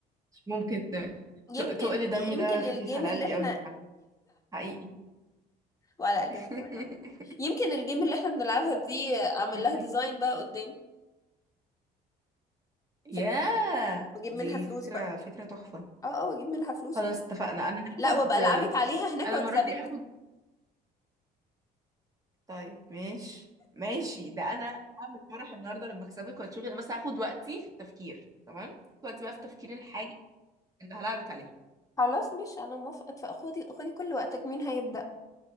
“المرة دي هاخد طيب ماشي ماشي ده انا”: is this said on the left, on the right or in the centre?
Right